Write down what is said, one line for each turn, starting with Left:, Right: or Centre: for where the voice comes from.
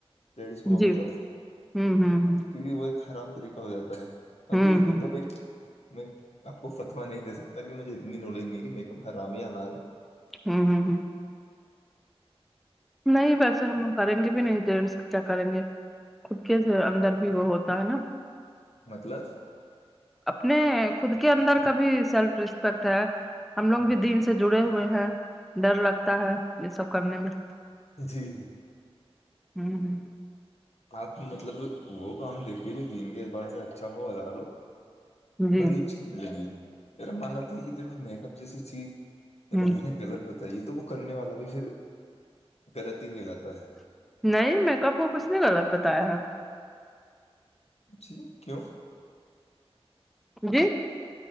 Left: لیڈیز ہوا
Centre: جی
Left: میک اپ
Centre: ہوں ہوں
Left: کیکہ وہ ایک آرام طریقہ ہو جاتا ہے
Centre: ہ
Left: بقی
Centre: ہوں
Left: میک
Centre: ہ
Left: اپ ایک میں آپ کو فتوا نہیں دے سکتا کہ مجھے اتنی نالج نہیں کہ میرے حرام ہے لال ہے
Centre: ہوں ہوں ہوں نہیں بس ہم کریں گے بھی نہیںس کیا کریں گے خود کے اندر بھی وہ ہوتا ہے نا
Left: مطلب
Centre: اپنے خود کے اندر کا بھی سیلف رسپیکٹ ہے ہم لوگ بھی دن سے جڑے ہوئے ہیں ڈر لگتا ہے یہ سب کرنے میں
Left: جی جی
Centre: ہوں
Left: آپ مطلب وہ کام دیکھیے جو دین کے اعتبار سے اچھا ہو حزال ہو
Centre: جی
Left: باقی ا چیز ملے گی ہے میرا ماننا تھا یہ کہ تو میک اپ جیسی چیز جب
Centre: ہ
Left: اللہ نے غلط بتائیے تو وہ کرنے والا بھی پھر غلط ہی کہلاتا ہے
Centre: نہیں میں کپ کو کچھ نہیں غلط بتایا ہے
Left: جی کیوں
Centre: جی